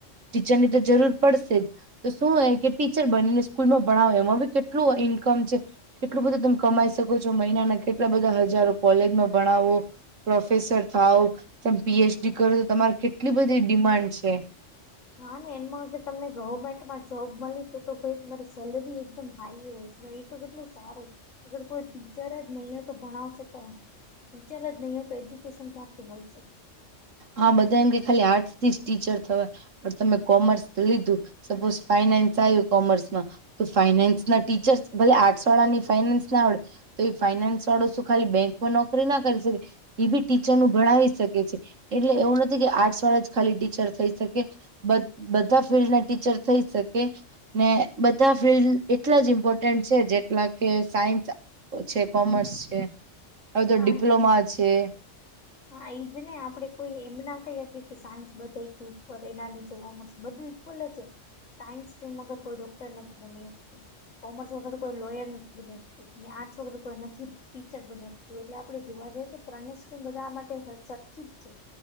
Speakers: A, on the right (about 85°); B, on the left (about 80°).
A: ટીચરની તો જરૂર પડશે જ તો શું હ કે ટીચર બનીને સ્કૂલમાં ભણાવો એમાં બી કેટલું ઈન્કમ છે કેટલું બધું તમે કમાઈ શકો છો મહિનાના કેટલા બધા હજારો કોલેજમાં ભણાવો પ્રોફેસર થાવ ત પીએચડી કરો તો તમારે કેટલી બધી ડિમાન્ડ છે
B: હા ને એમાં તમને ગવર્મેન્ટમાં જોબ મળી તું તો ભાઈ તમારી સેલરી એકદમ હાઈ હોય છે એ તો કેટલું સારું અગર કોઈ ટીચર જ નહીં હોય તો ભણાવશે કોણ ટીચર જ નહી હોય તો એજ્યુકેશન સથી મળશે
A: હા બધા એમ કે ખાલી આર્ટસ થી જ ટીચર થવાય પણ તમે કોમર્સ લીધું સપોઝ ફાઈનાન્સ આવ્યું કોમર્સમાં તો ફાઈનાન્સ ના ટીચર્સ ભલે આઠસ વાળા ની ફાઈનાન્સ ના આવડે તો એ ફાઈનાન્સ વાળો શું ખાલી બેંકમાં નોકરી ના કરી શકે એ બી ટીચર નું ભણાવી શકે છે એટલે એવું નથી કે આર્ટસ વાળા જ ખાલી ટીચર થઈ શકે બધા ફિલ્ડના ટીચર થઈ શકે ને બધા બધા ફિલ્ડ એટલા જ ઇમ્પોર્ટન્ટ છે જેટલા કે સાયન્સ છે કોમર્સ છે હવે તો
B: હા
A: ડિપ્લોમા છે
B: હા એ જ ને આપડે કોઈ એમ ના કહી કે કે સાયન્સ બધા કયુ ઉપર એના નીચે કોમર્સ બધવી લ સાન્સ્રીમ વગર કોઈ ડોક્ટર નથી બની કોમર્સ વગર તો કોઈ લોયર નથી બન આર્ટસ વગર કોઈ નથી ટીચર બને એટલે આપણેે જોવા જઈએ તો ત્રણેને સ્ટ્રીમ બધા આ માટે સરખી જ છે